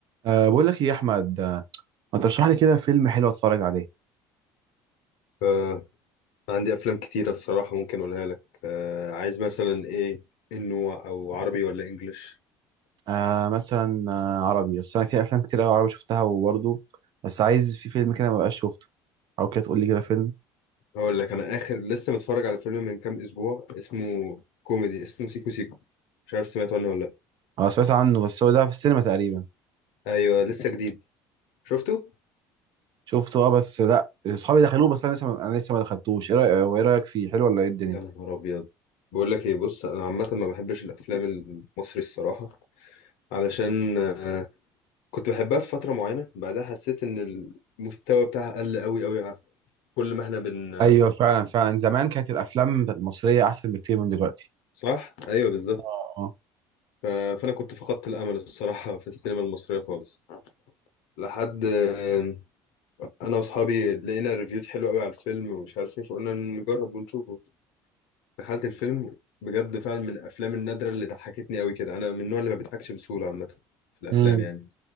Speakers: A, on the right (about 55°); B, on the left (about 75°).
A: أه بقول لك ايه يا احمد آه، ما ترشح لي كده فيلم حلو اتفرج عليه
B: آه عندي أفلام كتيرة الصراحة ممكن أقولها لك آه عايز مثلا إيه إنه أو عربي ولا إنجليش
A: أه مثلا آه، عربي بس انا في افلام كتير قوي عربي شفتها وبرضه بس عايز في فيلم كده ما بقاش شفته او كده تقول لي كده فيلم
B: هقول لك أنا آخر لسه متفرج على فيلم من كام أسبوع اسمه كوميدي اسمه سيكو سيكو مش عارف سمعت عنه ولا لأ
A: انا سمعت عنه بس هو ده في السينما تقريبا
B: أيوه لسه جديد شفته؟
A: شفته اه بس لا اصحابي دخلوه بس انا لسه ما انا لسه ما دخلتوش ايه رايك وايه رايك فيه حلو ولا ايه الدنيا
B: يا نهار أبيض بقول لك إيه بص أنا عامة ما بحبش الأفلام المصري الصراحة علشان آه كنت بحبها في فترة معينة بعدها حسيت إن المستوى بتاعها قل أوي أوي عارف كل ما إحنا بن
A: ايوه فعلا فعلا زمان كانت الافلام المصريه احسن بكتير من دلوقتي
B: صح؟ أيوه بالظبط
A: اه آه.
B: ف- فانا كنت فقدت الامل الصراحه في السينما المصريه خالص لحد آه، انا واصحابي لقينا ريفيوز حلوه قوي على الفيلم ومش عارف ايه فقلنا نجرب ونشوفه دخلت الفيلم بجد فعلا من الافلام النادره اللي ضحكتني قوي كده انا من النوع اللي ما بيضحكش بسهوله عامه في الافلام
A: امم
B: يعني